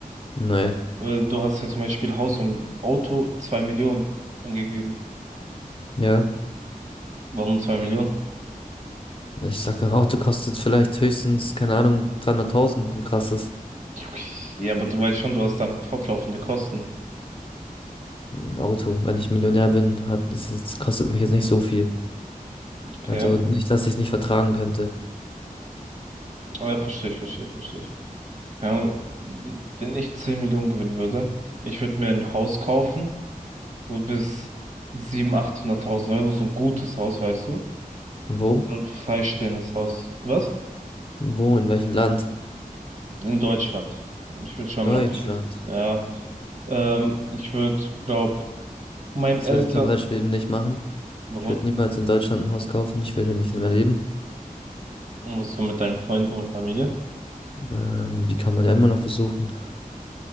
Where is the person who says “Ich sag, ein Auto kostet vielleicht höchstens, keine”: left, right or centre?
Left